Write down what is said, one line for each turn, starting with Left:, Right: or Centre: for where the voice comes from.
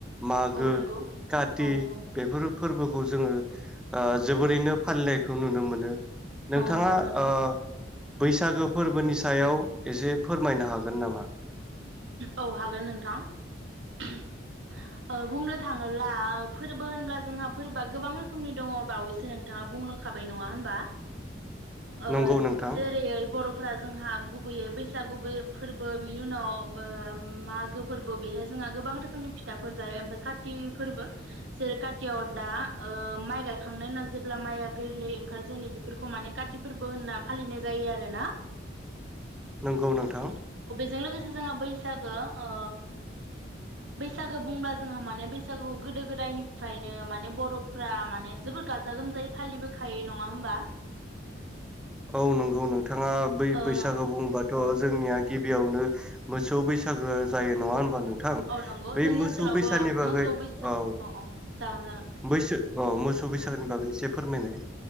Centre: मागो
Right: औ नंगौ
Centre: काति
Right: औ औ
Centre: बेफोर फोरबोफोर जोङो ओ जोबोरैनो फालिनायखौ नुनो मोनो नोंथाङा
Right: औ नंगौ नोंथां
Centre: ओ बैसागो फोरबोनि सायाव एसे फोरमायनो हागोन नामा
Right: औ हागोन नोंथां ओ बुंनो थाङोब्ला फोरबो होनब्ला जोंहा फोरबोआ गोबां रोखोमनि दङ बावैसो नोंथाङा बुंलांखाबाय नङा होनबा ओ
Centre: नंगौ नोंथां
Right: जेरेयै बरफ फ्रा जोंहा गुबैयै बैसागु बो फोरबो बिनि उनाव बो‌ ओम मागो फोरबो बेहाय जोंहा गोबां रोखोमनि फिथाफोर जायो ओमफ्राय काति फोरबो जेरै कातियाव दा ओ माइ गायखांनायनि उनाव जेब्ला माइया गोरलै ओंखार जेनो बेफोरखौ माने काति फोरबो होनना फालिनाय जायो आरोना
Centre: नंगौ नोंथां
Right: जों लोगोसे जोंहा बैसागो ओ बैसागो बुंब्ला जोंहा माने बैसागुखौ गोदो गोदायनि फ्रायनो माने बर'फ्रा मान माने जोबोर गाजा गोमजायै फालिबोखायो नङा होमबा
Centre: औ नंगौ नों नोंथाङा बै बैसागु
Right: ओ
Centre: बुङोबा थ' जोंनिया गिबियावनो मोसौ बैसागो जायो नङा होन नोंथां थां
Right: औ नंगौ
Centre: बै
Right: जोंनि
Centre: मोसौ
Right: ओनसोलावबो
Centre: बैसानि बागै
Right: मोसौ बैसा
Centre: औ
Right: अ अ जागोन जागोन
Centre: बैसो औ मोसौ बैसागु बागै एसे फोरमायनाय